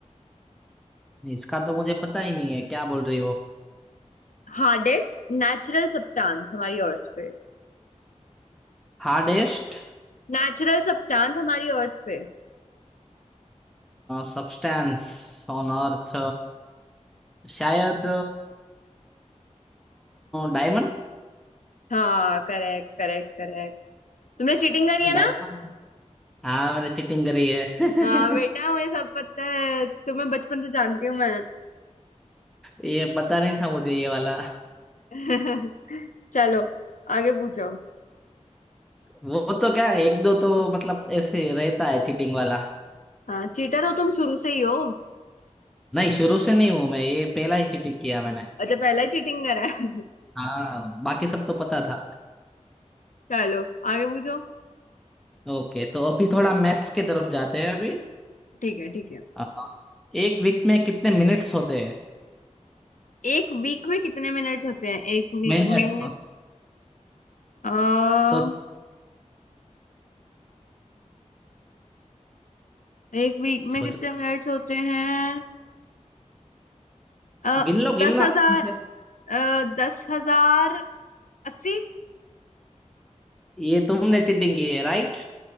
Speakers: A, in the centre; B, on the left.
A: इसका तो मुझे पता ही नहीं है क्या बोल रही हो
B: हार्डेस्ट नेचुरल सब्सटेंस हमारी अर्थ पे
A: हार्डेस्ट
B: नेचुरल सब्सटेंस हमारी अर्थ पे
A: सब्सटेंस ऑन अर्थ शायद डायमंड
B: हाँ करेक्ट करेक्ट करेक्ट तुमने चीटिंग करी है ना
A: डायमंड हाँ मैंने चीटिंग करी है <laughs>
B: हाँ बेटा मुझे सब पता है तुम्हें बचपन से जानती हूँ मैं
A: ये पता नहीं था मुझे ये वाला
B: <laughs> चलो आगे पूछो
A: वो तो क्या एक दो तो मतलब ऐसे रहता है चीटिंग वाला
B: हाँ चीटर हो तुम शुरू से ही हो
A: नहीं शुरू से नहीं हूं मैं ये पहला ही चीटिंग किया मैंने
B: अच्छा पहला ही चीटिंग करा है
A: हाँ बाकी
B: <laughs>
A: सब तो पता था
B: चलो आगे पूछो
A: ओके तो अभी थोड़ा मैथ्स के तरफ जाते हैं अभी
B: ठीक है ठीक है
A: अ, एक वीक में कितने मिनट्स होते हैं
B: एक वीक में कितने मिनट्स होते हैं एक वीक
A: मिनट
B: में आ,
A: सोच
B: एक वीक में
A: सोचो
B: कितने मिनट्स होते हैं आ,
A: गिन लो गिन
B: दस
A: लो
B: हजार
A: आराम से।
B: अ, दस हजार अस्सी
A: ये तुमने चीटिंग की है राइट